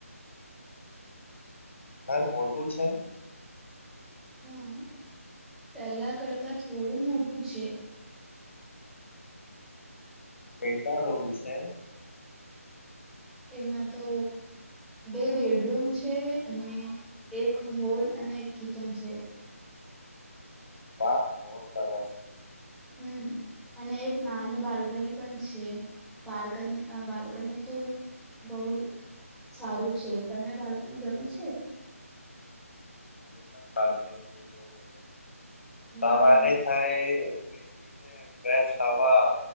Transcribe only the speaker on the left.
ઘર મોટું છે
કેટલા રોમ છે હ
વાહ બહત સારસ
મને <unintelligible> સવારે
થાય બેસીને ગેસ વા